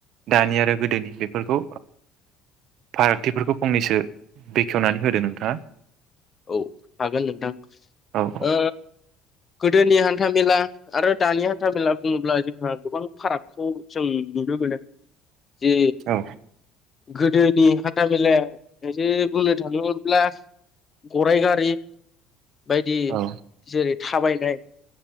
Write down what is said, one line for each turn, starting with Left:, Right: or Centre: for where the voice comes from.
Right: दानि आरो गोदोनि बेफोरखौ फारागथिफोरखौ फंनैसो बेखेवनानै होदो नोंथाङा
Left: औ हागोन नोंथां
Right: औ
Left: ओ। गोदोनि हान्था मेला आरो दानि हान्था मेलाब। बुङोब्ला जोंहा गोबां फाराग। खौ जों नुनो मोनो। जे
Right: औ।
Left: गोदोनि हान्था मेलाया। एसे बुंनो थांङोमोनब्ला। गराय गारि। बायदि
Right: औ
Left: जेरै। थाबायनाय।